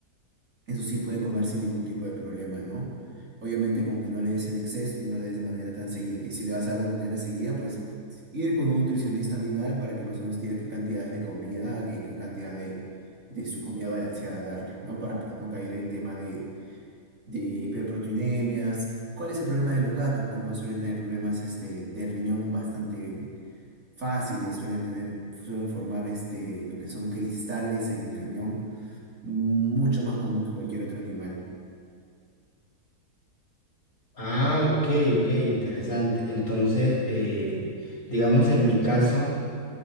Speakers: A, on the right (about 55°); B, on the left (about 55°).
A: eso sí puede comer sin ningún tipo de problema, ¿no? Obviamente con que no le des en exceso, no le des de manera tan seguida. Y si le vas a dar de manera seguida, pues ir con un nutricionista animal para que más o menos te diga qué cantidades de comida, qué, qué cantidad de, de su comida balanceada darle, ¿no? Para pues no caer en tema de de hiperproteinemias. ¿Cuál es el problema de los gatos? Pues no suelen tener problemas este, de riñón bastante fáciles, suelen tener, suelen formar este, lo que son cristales en el riñón, mucho más común que cualquier otro animal.
B: Ah, ok, ok, interesante. Entonces, eh, digamos en mi caso,